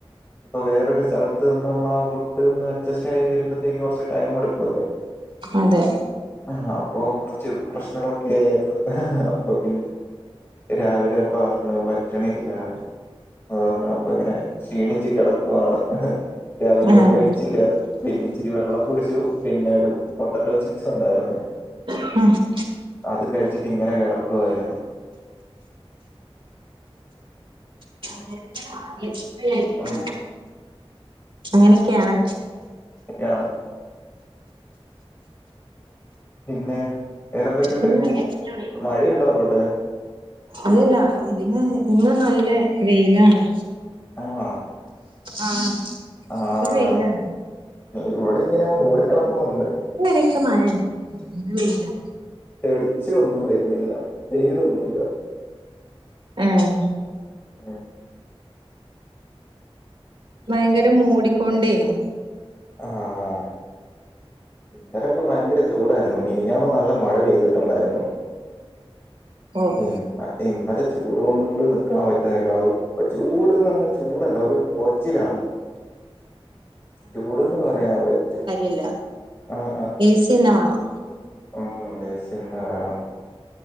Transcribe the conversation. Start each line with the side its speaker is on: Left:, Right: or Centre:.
Left: ഇപ്പൊ വേറൊരു സ്ഥലത്ത് നിന്ന് നമ്മള ആഹ് ഫുഡ് ഒന്ന് അഡ്ജസ്റ്റ് ആയി വരുമ്പോഴേക്ക് കുറച്ച് ടൈം എടുക്കല്ലോ
Right: അതെ
Left: ആഹ് അപ്പൊ കുറച്ച് പ്രശ്നങ്ങളൊക്കെ ആയേയ്രുന്നു അഹാ അപ്പെ പിന്നെ രാവിലെ പറഞ്ഞു പറ്റ്ണില്ല അഹ് അപ്പൊ ഇങ്ങനെ ക്ഷീണിച്ചു കിടക്കുവാണ് രാവിലെ
Right: ആഹ്
Left: ഒന്നും കഴിച്ചില്ല പിന്നെ ഇച്ചിരി വെള്ളം കുടിച്ചു പിന്നെ ഒരു പൊട്ടാറ്റോ ചിപ്സ് ഉണ്ടായിരുന്നു
Right: <unintelligible>
Left: അതും കഴിച്ചിട്ട് ഇങ്ങനെ കിടക്കുവായിരുന്നു
Right: <unintelligible>
Left: ഉം
Right: അങ്ങനെക്കെയാണ്
Left: യാണ് പിന്നെ വേറെന്തൊക്കെയുണ്ട്
Right: ഇന്ന്
Left: മഴയുണ്ടോ അങ്ങോട്ട്
Right: അതല്ല ഇന്ന് ഇന്ന് നല്ല വെയിലാണ്
Left: ആണോ
Right: ആഹ്
Left: ആയ്
Right: ഇന്ന് വെയിലാണ്
Left: ഇവിടെ ഇങ്ങനെ മൂടിക്കിടക്കുന്നുണ്ട്
Right: ഇന്നെരുസിം മഴയുണ്ട് ഇന്ന് വെയിലാ
Left: തെളിച്ച് ഒന്നും വരുന്നില്ല തേയിലൊന്നൂല്ല
Right: ഏഹ്
Left: ഉം.
Right: ഭയങ്കര മൂടിക്കൊണ്ടേയ്നു
Left: ആഹ് ആഹ് ഇന്നലെയൊക്കെ ഭയങ്കര ചൂടായിരുന്നു മിനിഞ്ഞാന്ന് നല്ല മഴ പെയ്തിട്ടുണ്ടായിരുന്നു
Right: ഓഹ്
Left: അടിം ഇന്നലെ ചൂട് കൊണ്ട് നിക്കാൻ പറ്റാഞ്ഞിട്ടാ പ്പൊ ചൂട്ന്ന് പറഞ്ഞ ചൂടല്ല ഒരു പൊകച്ചിലാണ് ചൂട്ന്ന് പറയാൻ പറ്റില്ല
Right: ഇല്ല
Left: ആഹ് ആഹ്
Right: ഏസിന്നെ വാണം
Left: ഉം ഏസിയന്നെ വേണം